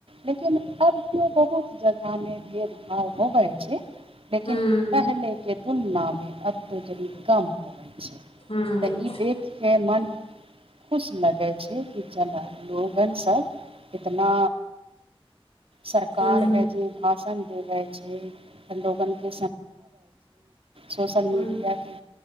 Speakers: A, on the right (about 70°); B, on the left (about 75°).
A: लेकिन अब केओ बहुत जगहमे भेदभाव होबै छै। लेकिन
B: हूँ
A: पहिलेके तुलनामे अब तो जदी कम होइ छै।
B: हूँ
A: त ई देख के मन खुश लगै छै कि जेना लोगन सभ इतना सरकार
B: हूँ हूँ
A: है जी। <unintelligible> समझाबै छी सोशल मीडिया
B: हूँ
A: के